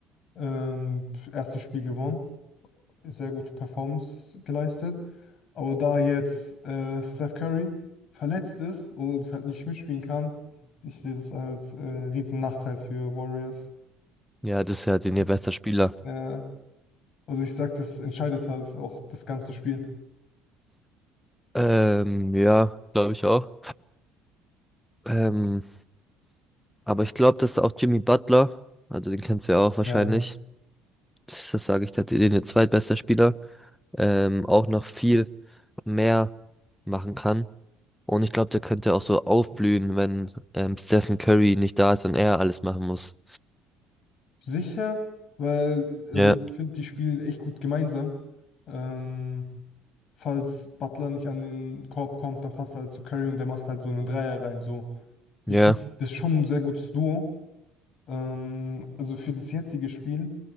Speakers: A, on the left (about 50°); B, in the centre.
A: Ähm, erstes Spiel gewonnen, sehr gute Performance geleistet. Aber da jetzt äh, Steph Curry verletzt ist und halt nicht mitspielen kann, ich sehe das als äh, riesen Nachteil für Warriors.
B: Ja, das ist ja den
A: Das,
B: ihr bester Spieler.
A: äh, also ich sag, das entscheidet halt auch das ganze Spiel.
B: Ähm, ja, glaube ich auch. Ähm, aber ich glaube, dass auch Jimmy Butler, also den kennst du ja auch
A: Ja.
B: wahrscheinlich, das sage ich, der den ihr zweitbester Spieler, ähm, auch noch viel mehr machen kann. Und ich glaube, der könnte auch so aufblühen, wenn ähm, Stephen Curry nicht da ist und er alles machen muss.
A: Sicher, weil also
B: Ja,
A: ich finde, die spielen echt gut gemeinsam. Ähm, falls Butler nicht an den Korb kommt, dann passt er halt zu Curry und der macht halt so einen Dreier rein. So. Ich
B: ja.
A: finde, das ist schon ein sehr gutes Duo. Ähm, also für das jetzige Spiel,